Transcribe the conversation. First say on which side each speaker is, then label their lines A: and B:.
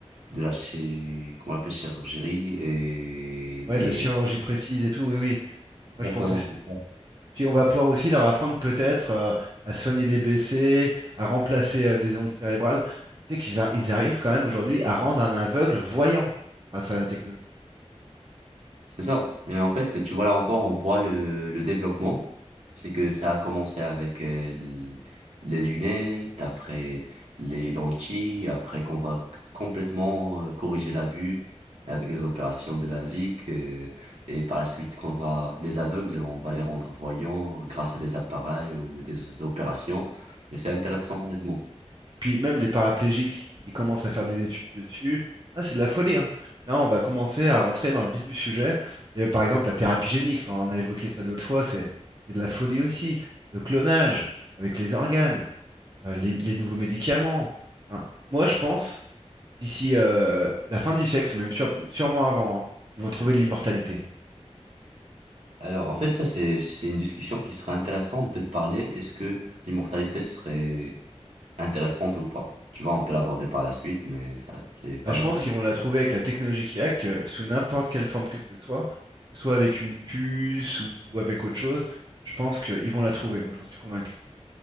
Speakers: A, on the right; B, on the right.
A: de la chi- comment on appelle, chirurgie et
B: Ouais,
A: des...
B: de la chirurgie précise et tout, oui, oui,
A: Exactement,
B: moi je pense aussi.
A: c'est ça.
B: Puis on va pouvoir aussi leur apprendre peut-être euh, à soigner des blessés, à remplacer euh, des ondes cérébrales. Tu sais qu'ils a- ils arrivent quand même aujourd'hui à rendre un aveugle voyant grâce à la technologie.
A: C'est ça. Et en fait, tu vois là encore, on voit le, le développement. C'est que ça a commencé avec euh, l- les lunettes, après les lentilles, après qu'on va complètement euh, corriger la vue avec les opérations de LASIK. euh, et par la suite, qu'on va, les aveugles, on va les rendre voyants grâce à des appareils ou des opérations. Et c'est intéressant, honnêtement.
B: Puis même les paraplégiques, ils commencent à faire des études dessus. Là, c'est de la folie, hein. Là, on va commencer à rentrer dans le vif du sujet. Et par exemple, la thérapie génique, enfin, on a évoqué ça d'autres fois, c'est c'est de la folie aussi. Le clonage avec les organes, euh, les, les nouveaux médicaments. Enfin, moi, je pense, d'ici euh, la fin du siècle, c'est même sûr- sûrement avant, hein, ils vont trouver l'immortalité.
A: Alors, en fait, ça, c'est, c'est une discussion qui serait intéressante de parler. Est-ce que l'immortalité serait intéressante ou pas. Tu vois, on peut l'aborder par la suite, mais ça, c'est pas
B: Bah, je
A: mal
B: pense
A: comme...
B: qu'ils vont la trouver avec la technologie qu'il y a, que sous n'importe quelle forme que ce soit, que ce soit avec une puce ou, ou avec autre chose, je pense qu'ils vont la trouver, moi j'en suis convaincu.